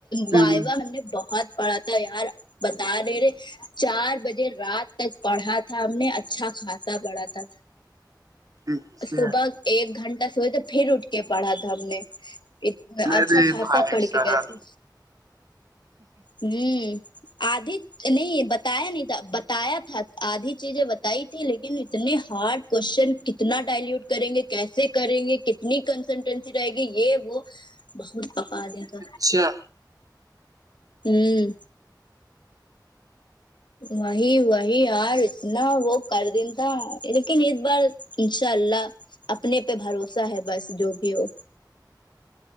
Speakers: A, on the left; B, on the right.
A: وائوا
B: ہوں،
A: ہم نے بہت پڑا تھا یار بتا رہے رہے چار بجے رات تک پڑھا تھا ہم نے اچھا خاصا پڑھا تھا
B: اچھا۔
A: صبح ایک گھنٹہ صبح تو پھر اٹھ کے پڑھا تھا ہم نے انا اچھا
B: ارے
A: خاصا
B: بھائی
A: پڑھ
B: صاحب
A: کے گئے تھے ہ ادھ نہیں بتایا نہیں تھا بتایا تھا آدھی چیزیں بتائی تھی لیکن اتنے ہارڈ کوشچن کتنا ڈائلوٹ کریں گے کیسے کریں گے کتنی کنسلٹنسی رہے گی یہ وہ بہت پکا دیں تو
B: اچھا
A: ہوں وہی وہی یار اتنا وہ کر دین لیکن اس بار انشاء اللہ اپنے پہ بھروسہ ہے بس جو بھی ہو